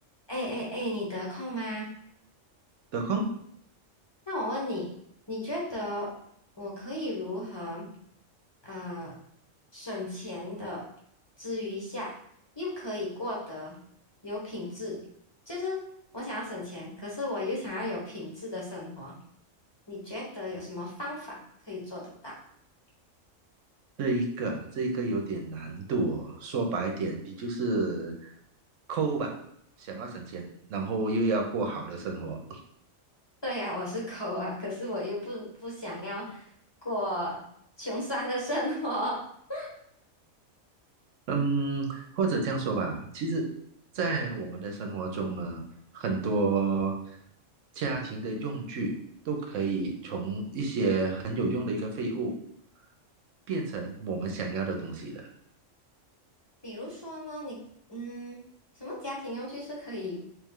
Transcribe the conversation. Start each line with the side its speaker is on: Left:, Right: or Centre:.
Left: 哎哎哎，你得空吗？
Right: 得空
Left: 那我问你，你觉得我可以如何呃省钱的之余下，又可以过得有品质？就是我想要省钱，可是我又想要有品质的生活，你觉得有什么方法可以做得到？<laughs>
Right: 这一个啊这一个有点难度哦。说白点，你就是抠吧，想要省钱，然后又要过好的生活。
Left: 对呀，我是抠啊，可是我又不不想要过穷酸的生活。<laughs>
Right: 嗯，或者这样说吧，其实，在我们的生活中呢，很多家庭的用具都可以从一些很有用的一个废物，变成我们想要的东西的。
Left: 比如说呢，你嗯，什么家庭用具是可以